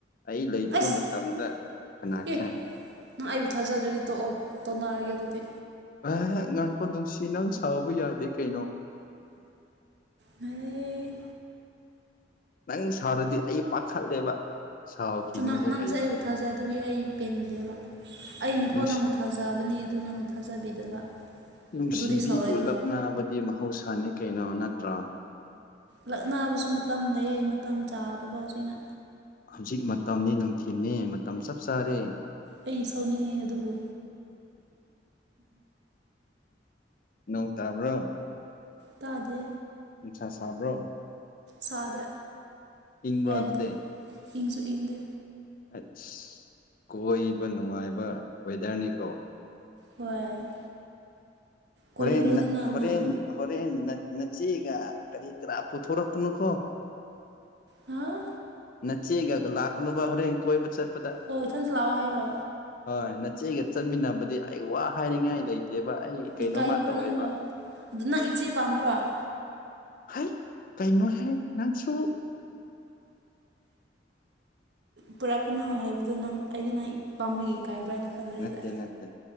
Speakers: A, on the left; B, on the right.
A: ꯑꯩ ꯂꯩꯇꯕ
B: ꯑꯁ
A: ꯃꯇꯝꯗ ꯀꯅꯥ
B: ꯑꯦ
A: ꯈꯪ
B: ꯅꯪ ꯑꯩꯕꯨ ꯊꯥꯖꯗ꯭ꯔꯗꯤ ꯇꯣꯛꯑꯣ ꯇꯣꯛꯅꯔꯒꯦ ꯑꯗꯨꯗꯤ
A: ꯑ ꯉꯥꯏꯈꯣ ꯅꯨꯡꯁꯤ ꯅꯪ ꯁꯥꯎꯕ ꯌꯥꯗꯦ ꯀꯩꯅꯣ
B: ꯐꯩ
A: ꯅꯪ ꯁꯥꯎꯔꯗꯤ ꯑꯩ ꯄꯥꯈꯠꯂꯦꯕ ꯁꯥꯎꯈꯤꯅꯣꯕ
B: ꯑꯗꯨ ꯅꯪ ꯅꯪꯅꯁꯨ
A: ꯀꯩꯅꯣ
B: ꯑꯩꯕꯨ ꯊꯥꯖꯗꯔꯗꯤ ꯑꯩ ꯄꯦꯟꯗꯦꯕ ꯑꯩꯅ
A: ꯅꯨꯡꯁꯤ
B: ꯐꯥꯎ ꯅꯪ ꯊꯥꯖꯕꯅꯦ ꯑꯗꯨ ꯅꯪꯅ ꯊꯥꯖꯕꯤꯗꯕ
A: ꯅꯨꯡꯁꯤꯕꯤꯕꯨ
B: ꯑꯗꯨꯗꯤ ꯁꯥꯎꯔꯣꯏꯗ꯭ꯔꯣ
A: ꯂꯛꯅꯕꯗꯤ ꯃꯍꯧꯁꯥꯅꯤ ꯀꯩꯅꯣ ꯅꯠꯇ꯭ꯔꯣ
B: ꯂꯛꯅꯕꯁꯨ ꯃꯇꯝ ꯂꯩꯌꯦ ꯃꯇꯝ ꯆꯥꯗꯕ ꯍꯧꯖꯤꯛꯅ
A: ꯍꯧꯖꯤꯛ ꯃꯇꯝꯅꯦ ꯅꯨꯡꯊꯤꯜꯅꯦ ꯃꯇꯝ ꯆꯞ ꯆꯥꯔꯦ
B: ꯑꯩ ꯁꯥꯎꯅꯤꯡꯉꯦ ꯑꯗꯨꯕꯨ
A: ꯅꯣꯡ ꯇꯥꯕ꯭ꯔꯣ
B: ꯇꯥꯗꯦ
A: ꯅꯨꯡꯁꯥ ꯁꯥꯕ꯭ꯔꯣ
B: ꯁꯥꯗꯦ
A: ꯏꯪꯕ꯭ꯔꯣ
B: ꯌꯥꯏꯌꯦ
A: ꯑꯗꯨꯗꯤ
B: ꯑꯗꯨꯝ ꯏꯪꯁꯨ ꯏꯪꯗꯦ
A: ꯑꯁ ꯀꯣꯏꯕ ꯅꯨꯡꯉꯥꯏꯕ ꯋꯦꯗꯔꯅꯤꯀꯣ
B: ꯍꯣꯏ ꯀꯣꯏꯔꯣꯗꯅ
A: ꯍꯣꯔꯦꯟ ꯍꯣꯔꯦꯟ
B: ꯅꯪ
A: ꯍꯣꯔꯦꯟ ꯅ ꯅꯆꯦꯒ ꯀꯔꯤ ꯀꯔꯥ ꯄꯨꯊꯣꯔꯛꯀꯅꯨꯀ‌ꯣ
B: ꯍꯥꯥ
A: ꯅꯆꯦꯒꯒ ꯂꯥꯛꯀꯅꯨꯕ ꯍꯣꯔꯦꯟ ꯀꯣꯏꯕ ꯆꯠꯄꯗ
B: ꯑꯣ ꯏꯊꯟꯇ ꯂꯥꯛꯑꯣ ꯍꯥꯏꯔꯣ
A: ꯍꯣꯏ ꯅꯆꯦꯒ ꯆꯠꯃꯤꯟꯅꯕꯗꯤ ꯑꯩ ꯋꯥ ꯍꯥꯏꯅꯤꯡꯉꯥꯏ ꯂꯩꯇꯦꯕ ꯑꯩ ꯀꯩꯅꯣꯝꯃ
B: ꯏꯀꯥꯏꯕ꯭ꯔꯣ
A: ꯇꯧꯋꯦꯕ
B: ꯅꯪꯕꯣ ꯑꯗꯨ ꯅꯪ ꯏꯆꯦ ꯄꯥꯝꯕ꯭ꯔꯣ ꯍ ꯍ
A: ꯍꯥꯏ ꯀꯩꯅꯣ ꯍꯥꯏ ꯅꯪꯁꯨ
B: ꯄꯨꯔꯛꯀꯅꯨ ꯍꯥꯏꯕꯗꯣ ꯅꯪ ꯑꯩꯗꯤ ꯏꯛ ꯅꯪ ꯄꯥꯝꯕꯤꯒꯤ ꯀꯥꯏꯕ꯭ꯔꯥ ꯍꯥꯏꯅ ꯈꯟꯕꯅꯤꯗ
A: ꯅꯠꯇꯦ ꯅꯠꯇꯦ